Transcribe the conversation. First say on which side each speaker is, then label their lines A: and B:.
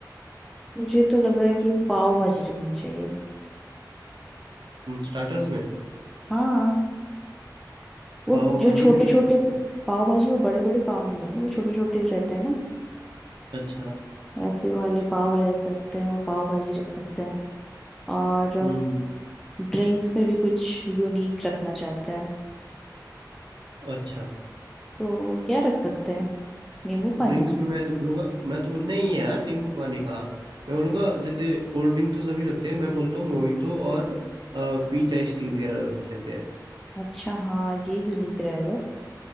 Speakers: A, in the centre; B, on the right.
A: मुझे तो लग रहा है कि पाव भाजी रखना चाहिए
B: स्टार्टर्स में
A: हाँ वो
B: पाव
A: जो
B: भाजी
A: छोटे
B: भी रख
A: छोटे
B: सकते हैं
A: पाव भाजी वो बड़े बड़े पाव नहीं रहेंगे वो छोटे छोटे रहते हैं ना
B: अच्छा
A: वैसे वाले पाव रह सकते हैं वो पाव भाजी रख सकते हैं और
B: हम्म
A: ड्रिंक्स में भी कुछ यूनिक रखना चाहते हैं
B: अच्छा
A: तो क्या रख सकते हैं नींबू पानी
B: ड्रिंक्स में मैं तो बोलूँगा मैं तो बोल नहीं यार नींबू पानी कहाँ मैं बोलूँगा जैसे कोल्ड ड्रिंक तो सभी रखते हैं मैं बोलता हूँ मोहितो और पीच आइस टी वगैरह रख लेते हैं
A: अच्छा हाँ ये यूनिक रहेगा